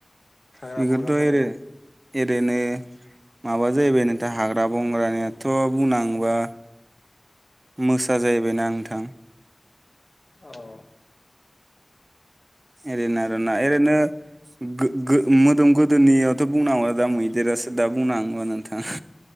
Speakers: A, on the left; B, on the right.
A: हाग्रा-बंग्रायाव
B: बेखौथ' ओरै
A: थानाया।
B: ओरैनो माबा जाहैबाय नोंथां हाग्रा बंग्रा नियाथ' बुंनाङोबा मोसा जाहैबायना नोंथां
A: औ
B: एरैनो आरोना एरैनो गो गो मोदोम गोदोनियावथ' बुंनांगौ दा मैदेरासो दा बुंनांगौ नोंथाङा